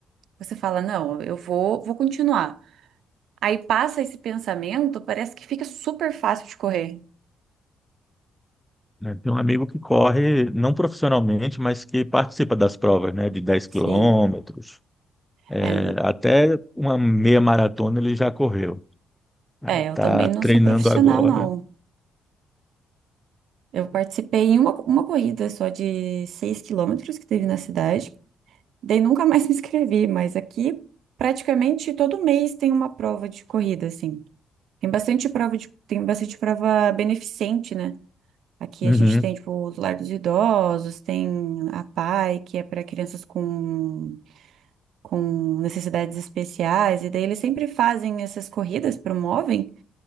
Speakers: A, on the right (about 75°); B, in the centre.
A: você fala, não, eu vou, vou continuar. Aí passa esse pensamento, parece que fica super fácil de correr.
B: É, Tem um amigo que corre, não profissionalmente, mas que participa das provas, né, de dez
A: Sim.
B: quilômetros. É,
A: É,
B: até uma meia maratona ele já correu. Aí
A: é, eu
B: tá
A: também não
B: treinando
A: sou profissional,
B: agora.
A: não. Eu participei em uma, uma corrida só de 6 quilômetros que teve na cidade. Daí nunca <laughs> mais me inscrevi, mas aqui praticamente todo mês tem uma prova de corrida, assim. Tem bastante prova de, tem bastante prova beneficente, né? Aqui
B: Uhum.
A: a gente tem, tipo, os lar dos idosos, tem a PAI, que é para crianças com com necessidades especiais, e daí eles sempre fazem essas corridas, promovem,